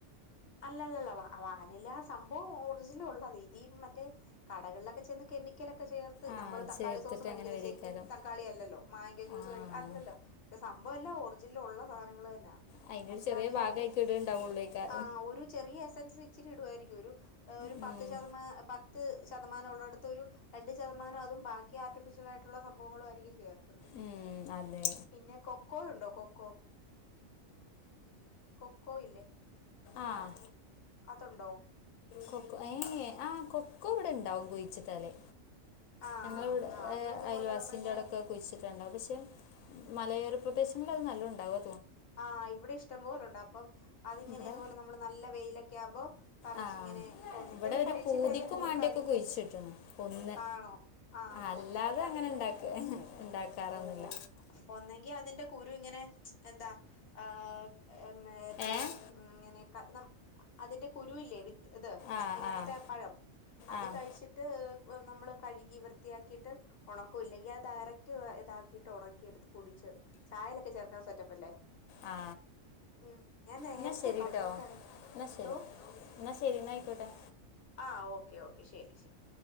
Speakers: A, on the left; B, on the left.
A: അല്ലല്ലല്ല വാ വാനില സംഭവം ഒറിജിനൽ ഒള്ളതേ ഇതീ മറ്റേ കടകളിലൊക്കെ ചെന്ന് കെമി ക്കലൊക്കെ ചേർത്ത്
B: ആ
A: നമ്മള് തക്കാളി
B: ചേർത്തിട്ട്
A: സോസു മേടിക്കുന്ന്
B: അങ്ങനെ വരേക്കാരം
A: ശരിക്കും തക്കാളി അല്ലല്ലോ മായ്ങ്കോ ജ്യൂസ്
B: ആ
A: മേടി അല്ലല്ലോ പ സം ഭവല്ലോ ഒറിജിനല് ഉള്ള സാധനങ്ങൾ തന്നാ
B: അയിന്റെ
A: പക്ഷെ
B: ഒരു ചെറിയ
A: അതില്
B: ഭാഗയിക്ക്
A: അവര്
B: ഇടേണ്ടാവുള്ളേയ്ക്കാ
A: ആ ഒരു ചെറിയ എസൻസ് ഇച്ചിരി ഇടു ആയിരിക്കും ഒരു ഒരു
B: ഉം
A: പത്ത് ശതമാനം പത്ത് പത്ത് ശതമാനം ഉള്ളടൊത്തൊരു രണ്ട് ശതമാനം അതും ബാക്കി ആർട്ടിഫിഷ്യൽ ആയിട്ടുള്ള സംഭവങ്ങളും ആയിരിക്കും ചേർക്കും ക്കുന്നേ
B: ഉം അതെ
A: പിന്നെ കൊക്കോ ഉണ്ടോ കൊ ക്കോ കൊക്കോ ഇല്ലേ
B: ആഹ്
A: അതുണ്ടോ
B: കൊക്കോ ഏ ആഹ് കൊക്കോ ഇവിടെ ഉണ്ടാവും കുഴിച്ചിട്ടാല്
A: ആ
B: ഞങ്ങളവിടെ
A: ആ ആ അതും ഇതുപോലെ
B: അയൽവാസിന്റെ
A: നമ്മളിങ്ങനെ
B: അവാടൊക്ക കുഴിച്ചിട്ടാണ്ടാവും പക്ഷെ മലയോര പ്രദേശങ്ങളിലാ അത് നല്ലോം ണ്ടാവ
A: ആഹ് ഇവിടെ ഇഷ്ടമ്പോലുണ്ട് അപ്പം അതിങ്ങനെ
B: ഇവിടെ
A: ഇതുപോലെ നമ്മള് നല്ല വെയിലൊക്കെ ആവുമ്പോ പറച്ചിങ്ങനെ
B: ആഹ്
A: ഒന്നെങ്കി
B: ഇവിടെ
A: അത്
B: ഒരു
A: കഴിച്ചിട്ട്
B: പൂതിക്കും
A: അതിന്റെ കുരു
B: മാണ്ടിയൊക്കെ
A: കഴുകിട്ട്
B: കുഴിച്ചിട്ട്ണ് ഒന്ന്
A: ആണോ ആഹ്
B: അല്ലാതെ
A: ഒന്നെങ്കി അതിന്റെ
B: അങ്ങനെ ഇണ്ടാക്ക ഇണ്ടാക്കാറൊന്നുല്ല
A: ഓഹോ ഒന്നെങ്കി അതിന്റെ കുരു ഇങ്ങനെ എന്താ ആ മറ്റേ
B: ഏഹ്
A: ഇങ്ങനെ ക മ അതിന്റെ കുരുവ ഇല്ലേ വിത്ത് ഇത്
B: ആഹ്
A: അതിനകത്തെ
B: ആഹ്
A: ആ പഴം അത്
B: ആഹ്
A: കഴിച്ചിട്ട് നമ്മള് കഴുകി വൃത്തിയാക്കിയിട്ട് ഉണക്ക ഇല്ലെങ്കിൽ അത് ഡയറക്റ്റ് റ്റ് ഇതാക്കിയിട്ട് ഉണക്കി എടുത്ത് പൊടിച്ച് ചായലൊക്കെ ചേർക്കാൻ സെറ്റപ്പല്ലേ
B: ആ
A: ഉം ഞാൻ നേരത്തെ
B: എന്നാ ശരിട്ടോ
A: പണ്ടൊക്കെ അങ്ങ്
B: എന്നാ
A: എന്തോ
B: ശരി എന്നാ ശരി എന്ന ആയിക്കോട്ടെ
A: ആ ഓക്കെ ഓക്കെ ശരി ശരി